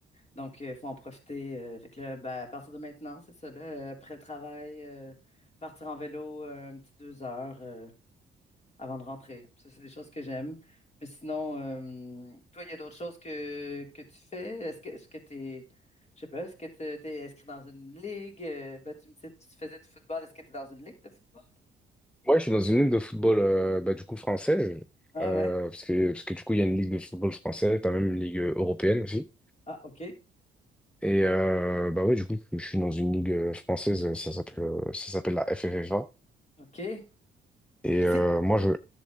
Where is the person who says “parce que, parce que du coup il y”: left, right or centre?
Centre